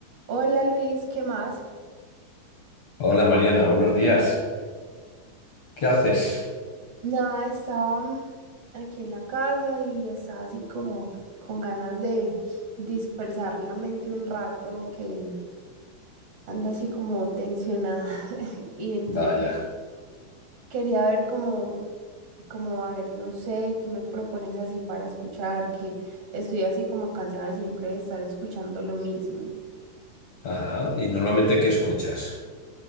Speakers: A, on the right; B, on the left.
A: Hola Luis, ¿qué más?
B: Hola Mariana, buenos días. ¿Qué haces?
A: Nada, estaba mm, aquí en la casa y estaba así como con ganas de dispersar la mente un rato que anda así como tensionada <laughs> y entonces
B: Vaya.
A: quería ver como, como a ver, no sé, qué me propones así para escuchar, que estoy así como cansada siempre de estar escuchando lo mismo.
B: Ajá. ¿Y normalmente qué escuchas?